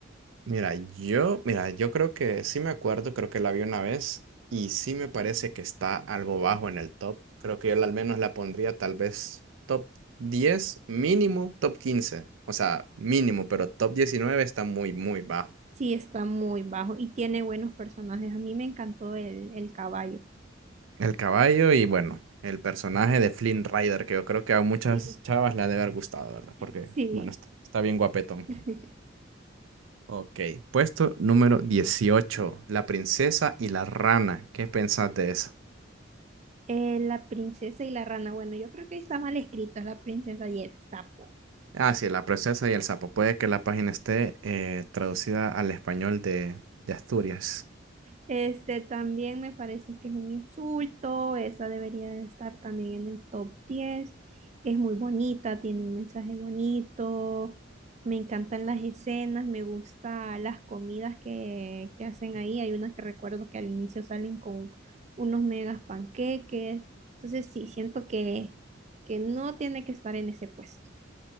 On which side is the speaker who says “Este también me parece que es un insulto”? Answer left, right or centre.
Right